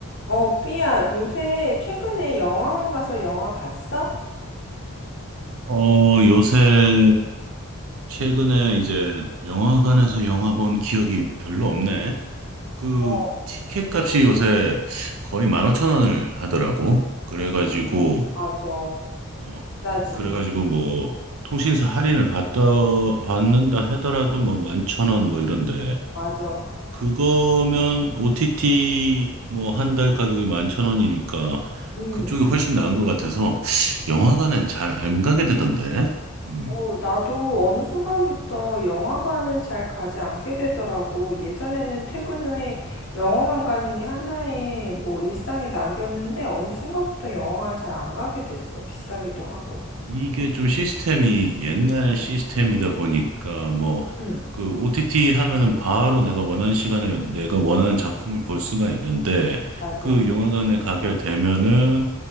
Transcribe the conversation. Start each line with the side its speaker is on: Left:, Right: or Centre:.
Left: 어, 삐야, 요새 최근에 영화관 가서 영화 봤어?
Right: 어, 요새 최근에 이제 영화관에서 영화 본 기억이 별로 없네. 그
Left: 어,
Right: 티켓 값이 요새 거의 15,000원을 하더라고. 그래가지고
Left: 어, 맞아.
Right: 어,
Left: 나지.
Right: 그래가지고 뭐 통신사 할인을 받다 받는다 하더라도 뭐 11,000원 뭐 이런데
Left: 맞아.
Right: 그거면 OTT 뭐 한 달 가격이 11,000원이니까
Left: 음.
Right: 그쪽이 훨씬 나은 것 같아서 영화관은 잘 안 가게 되던데. 음.
Left: 어, 나도 어느 순간부터 영화관을 잘 가지 않게 되더라고. 예전에는 퇴근 후에 영화관 가는 게 하나의 뭐 일상의 낙이었는데 어느 순간부터 영화관을 잘 안 가게 됐어. 비싸기도 하고.
Right: 이게 좀 시스템이 옛날 시스템이다 보니까 뭐
Left: 응,
Right: 그 OTT 하면은 바로 내가 원하는 시간에 내가 원하는 작품을 볼 수가 있는데
Left: 맞아.
Right: 그 영화관에 가게 되면은